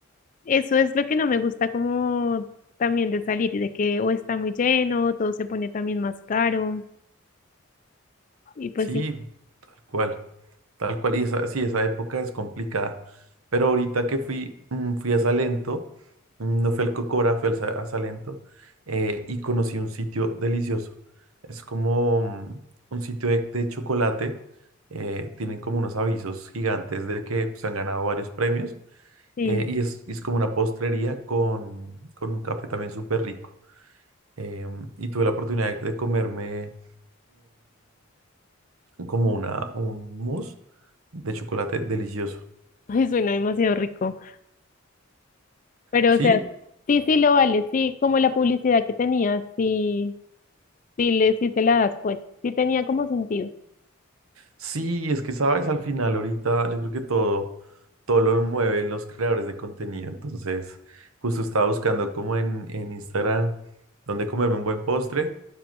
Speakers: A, on the left (about 40°); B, on the right (about 80°).
A: eso es lo que no me gusta como también de salir, de que o está muy lleno, todo se pone también más caro, y pues
B: Sí,
A: sí,
B: tal cual, tal cual. Y esa, sí, esa época es complicada. Pero ahorita que fui, mm, fui a Salento, mm, no fui al Cocora, fui al Sa- a Salento, eh, y conocí un sitio delicioso. Es como mm, un sitio de, de chocolate. eh, tienen como unos avisos gigantes de que se han ganado varios premios.
A: sí,
B: eh, y es, y es como una postrería con, con un café también súper rico. Em, y tuve la oportunidad de comerme como una, un mousse de chocolate delicioso.
A: <laughs> ay, suena demasiado rico, pero
B: Sí,
A: o sea, sí, sí lo vale, sí, como la publicidad que tenía, sí, sí, le, sí se la das, pues, sí tenía como sentido,
B: sí, es que sabes, al final ahorita yo creo que todo, todo lo mueven los creadores de contenido. Entonces, justo estaba buscando como en, en Instagram dónde comerme un buen postre